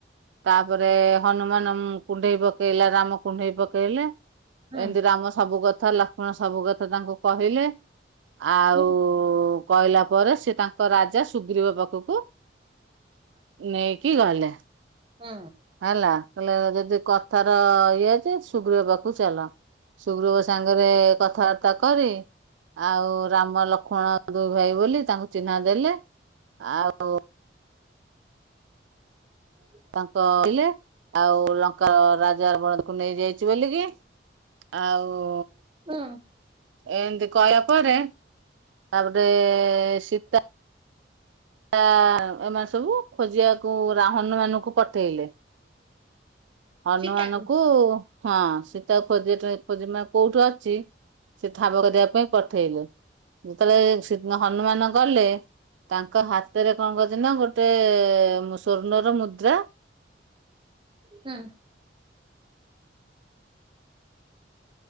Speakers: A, on the right (about 80°); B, on the right (about 30°).
A: ତାପରେ ହନୁମାନ କୁଣ୍ଢେଇ ପକେଇଲେ ରାମ କୁଣ୍ଢେଇ ପକେଇଲେ।
B: ହୁଁ
A: ଏମିତି ରାମ ସବୁ କଥା ଲକ୍ଷ୍ମଣ ସବୁ କଥା ତାଙ୍କୁ କହିଲେ। ଆଉ,
B: ହୁଁ
A: କହିଲା ପରେ ସେ ତାଙ୍କ ରାଜା ସୁଗ୍ରୀବା ପାଖକୁ ନଇକି ଗଲେ।
B: ହୁଁ।
A: ହେଲା, କହିଲଲେ ଯଦି କଥାର ଇଏ ଅଛି ସୁଗ୍ରୀବ ପାଖକୁ ଚାଲ। ସୁଗ୍ରୀବ ସାଙ୍ଗ ରେ କଥାବାର୍ତ୍ତା କରି, ଆଉ ରାମ ଲକ୍ଷ୍ମଣ ଦୁଇ ଭାଇ ବୋଲି ତାଙ୍କୁ ଚିହ୍ନା ଦେଲେ। ଆଉ
B: <inaudible>
A: ତାଙ୍କ କହିଲେ, ଆଉ ଲଙ୍କା ରାଜା ରାବଣକୁ ନେଇଯାଇଛି। ବଲିକି ଆଉ
B: ହୁଁ।
A: ଏମିତି କହିବା ପରେ, ତାପରେ ସୀତା ତା ଏମାନେ ସବୁ ଖୋଜିବାକୁ ରା ହନୁମାନଙ୍କୁ ପଠେଇଲେ। ହନୁମାନ
B: ସୀତାକୁ
A: କୁ ହଁ, ସୀତା ଖୋଜି ଖୋଜି ମାନେ କୋଉଠୁ ଅଛି। ସେ ଠାବ କରିବା ପାଇଁ ପଠେଇଲେ, ଯେତେବେଳେ ହନୁମାନ ଗଲେ ତାଙ୍କ ହାତରେ କଣ କରିଛି ନା ଗୋଟେ ସଵର୍ଣ୍ଣର ମୁଦ୍ରା
B: ହୁଁ।